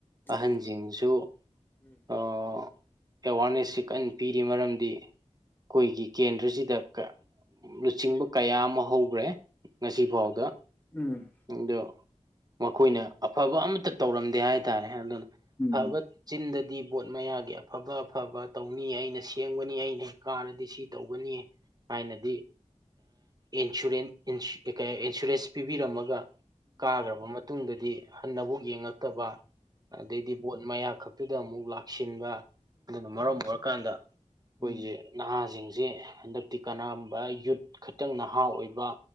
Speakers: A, on the left; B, on the right.
A: ꯎꯝ
B: ꯑꯍꯟꯁꯤꯡꯁꯨ
A: ꯎꯝ
B: ꯑꯦꯋꯥꯔꯅꯦꯁꯁꯤ ꯀꯟꯅ ꯄꯤꯔꯤ ꯃꯔꯝꯗꯤ ꯑꯩꯈꯣꯏꯒꯤ ꯀꯦꯟꯗ꯭ꯔꯁꯤꯗ ꯂꯨꯆꯤꯡꯕ ꯀꯌꯥ ꯑꯃ ꯍꯧꯈ꯭ꯔꯦ ꯉꯁꯤꯐꯥꯎꯗ
A: ꯎꯝ ꯎꯝ ꯎꯝ ꯎꯝ
B: ꯑꯗ ꯃꯈꯣꯏꯅ ꯑꯐꯕ ꯑꯃꯠꯇ ꯇꯧꯔꯝꯗꯦ ꯍꯥꯏꯇꯥꯔꯦ ꯑꯗꯨꯅ ꯑꯐꯕ
A: ꯎꯝ
B: ꯆꯤꯟꯗꯗꯤ ꯕꯣꯠ ꯃꯌꯥꯒꯤ ꯑꯐꯕ ꯑꯐꯕ ꯇꯧꯅꯤ ꯑꯩꯅ ꯁꯦꯝꯒꯅꯤ ꯑꯩꯅ ꯀꯥꯔꯗꯤ ꯁꯤ ꯇꯧꯒꯅꯤ ꯊꯥꯏꯅꯗꯤ ꯏꯟꯁꯨꯔꯦꯟ ꯏꯟꯁꯨꯔꯦꯟꯁ ꯄꯤꯕꯤꯔꯝꯃꯒ ꯀꯥꯈ꯭ꯔꯕ ꯃꯇꯨꯡꯗꯗꯤ ꯍꯟꯅꯕꯨꯛ ꯌꯦꯡꯉꯛꯇꯕ ꯑꯗꯩꯗꯤ ꯕꯣꯠ ꯃꯌꯥ ꯈꯛꯇꯨꯗ ꯑꯃꯨꯛ ꯂꯥꯛꯁꯤꯟꯕ ꯑꯗꯨꯅ ꯃꯔꯝ ꯑꯣꯏꯔꯀꯥꯟꯗ ꯑꯩꯈꯣꯏꯁꯦ
A: ꯎꯝ
B: ꯅꯍꯥꯁꯤꯡꯁꯦ ꯍꯟꯗꯛꯇꯤ ꯀꯅꯥꯕ ꯌꯨꯠ ꯈꯛꯇꯪꯅ ꯅꯍꯥ ꯑꯣꯏꯕ